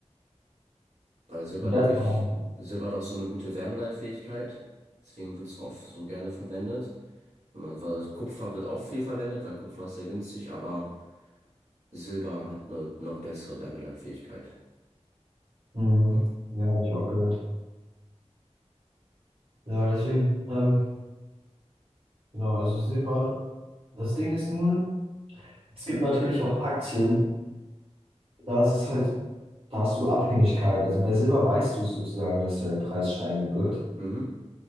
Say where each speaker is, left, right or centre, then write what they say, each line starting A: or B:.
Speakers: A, on the right (about 80°); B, on the right (about 50°).
A: weil Silber,
B: das
A: glaube ich,
B: war,
A: Silber hat auch so eine gute Wärmeleitfähigkeit. Deswegen wird es oft so gerne verwendet. Wenn man- weil Kupfer wird auch viel verwendet, weil Kupfer ist sehr günstig, aber Silber hat eine noch bessere Wärmeleitfähigkeit.
B: mhm.
A: Ja.
B: Ja, habe ich auch gehört. Ja, deswegen, ähm, genau, also Silber, das Ding ist nur, es gibt natürlich auch Aktien, da ist es halt, da hast du Abhängigkeit. Also bei Silber weißt du es sozusagen, dass der Preis steigen wird.
A: Mhm.